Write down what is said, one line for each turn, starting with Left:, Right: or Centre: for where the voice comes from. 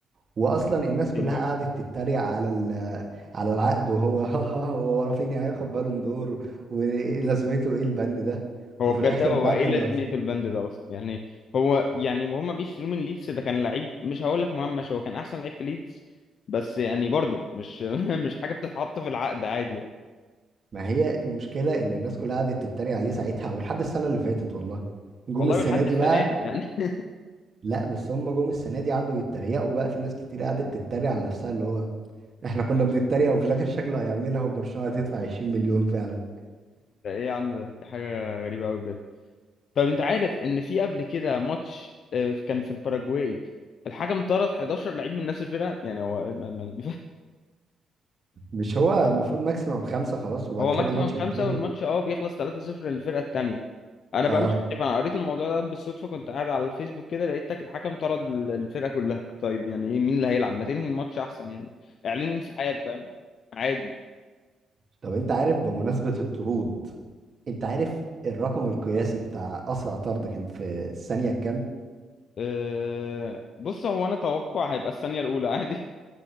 Right: واصلا الناس كلها
Left: إيه الهبل
Right: قعدت تتريق على ال- على العقد وهو <laughs> ها ها هو رافينيا هياخد بالون دور ولازمته ايه البند ده
Left: هو
Right: وفي
Left: بجد
Right: الاخر
Left: هو
Right: بعد
Left: ايه
Right: اللي
Left: لازمته البند ده اصلا يعني هو يعني وهم بيشتروه من ليدز ده كان لعيب مش هقول لك مهمش هو كان احسن لعيب في ليدز بس يعني برضو مش <laughs> مش حاجه بتتحط في العقد عادي يعني
Right: ما هي المشكلة إن الناس كلها قعدت تتريق عليه ساعتها ولحد السنة اللي فاتت والله جم
Left: والله
Right: السنة
Left: لحد
Right: دي
Left: السنه
Right: بقى
Left: دي يعني <laughs>
Right: لا بس هم جم السنة دي قعدوا يتريقوا بقى في ناس كتير قعدت تتريق على نفسها اللي هو إحنا كنا بنتريق وفي الآخر شكله هيعملها وبرشلونة هتدفع 20 مليون فعلا
Left: ده ايه يا عم ده دي حاجه غريبه قوي بجد طب انت عارف ان في قبل كده ماتش آه، كان في الباراجواي الحكم طرد 11 لعيب من نفس الفرقه يعني هو ما- ما-
Right: مش هو المفروض ماكسيموم خمسة خلاص وبعد
Left: هو
Right: كده
Left: ماكسيمم
Right: الماتش
Left: خمسة
Right: بيتلغي
Left: والماتش اه بيخلص 3-0 للفرقة التانية انا بقى
Right: آه
Left: مش عارف انا قريت الموضوع ده بالصدفة كنت قاعد على الفيسبوك كده لقيت لك الحكم طرد ال- الفرقة كلها طيب يعني ايه مين اللي هيلعب ما تنهي الماتش احسن يعني اعلنوا انسحاب فاهم عادي
Right: طب أنت عارف بمناسبة الطرود أنت عارف الرقم القياسي بتاع أسرع طرد كان في الثانية كام؟
Left: أه بص هو انا توقع هيبقى الثانية الاولى عادي